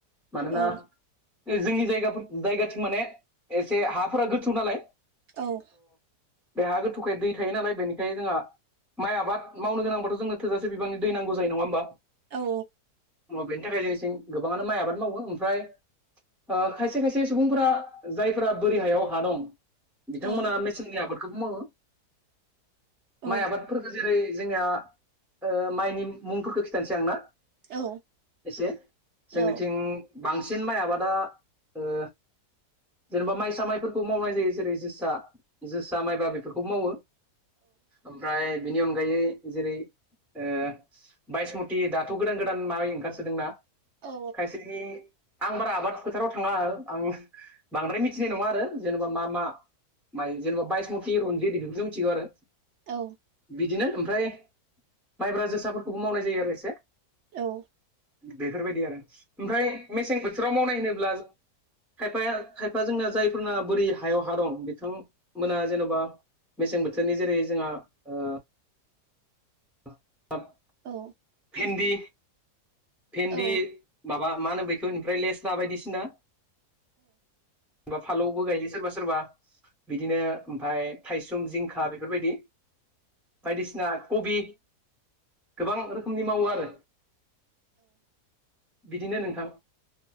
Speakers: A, in the centre; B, on the right (about 65°).
A: मानोना
B: औ
A: जोंनि जायगा जायगाथिं माने एसे हाफोरा गोथ थौ नालाय
B: औ
A: बेहा गोथौखाय दै थायो नालाय बेनिखायनो जोंहा माइ आबाद मावनो गोनांब्लाथ' जोङो थोजासे बिबांनि दै नांगौ जायो नङा होमबा
B: औ
A: अ बेनि थाखाय जोंनिथिं गोबाङानो माइ आबाद मावो ओमफ्राय ओ खायसे खायसे सुबुंफोरा जायफोरा बोरि हायाव हा दं बिथांमोना
B: औ
A: मेसेंनि आबादखौबो मावो
B: औ
A: माइ आबादफोरखो जेरै जोंनिया ओ माइनि मुंफोरखौ खिथानोसै आंना
B: औ
A: एसे जोंनिथिं
B: औ
A: बांसिन माइ आबादा ओ जेनेबा माइसा माइ मावनाय जायो जेरै जोसा जोसा माइब्रा बेफोरखौबो मावो ओमफ्राय बेनि अनगायै जेरै ओ बायसमुति दाथ' गोदान गोदान माइ ओंखारसोदोंना
B: औ
A: खायसेनि आं बारा आबाद फोथाराव थाङा आं बांद्राय मिथिनाय नङा आरो जेनेबा मा मा माय जेनेबा बायस मति रनजितस इदिखौसो मिथिगौ आरो
B: औ
A: बिदिनो ओमफ्राय माइब्रा जोसाफोरखौबो मावनाय जायो आरो एसे
B: औ
A: बेफोरबायदि आरो ओमफ्राय मेसें बोथोराव मावनाय होनोब्ला खायफाया खायफा जोंना जाय फोरना बोरै हायाव हा दं बिथांमोना जेन'बा मेसें बोथोरनि जेरै जोंहा ओ <unintelligible>
B: औ
A: भेन्दि भेन्दि
B: औ
A: माबा मा होनो बेफोरनिफ्राय लेस ला बायदिसिना जेनेबा फानलुआवबो गायो सोरबा सोरबा बिदिनो ओमफ्राय थायसुम जिंखा बेफोरबायदि बायदिसिना कबि गोबां रोखोम रोखोमनि मावो आरो बिदिनो नोंथां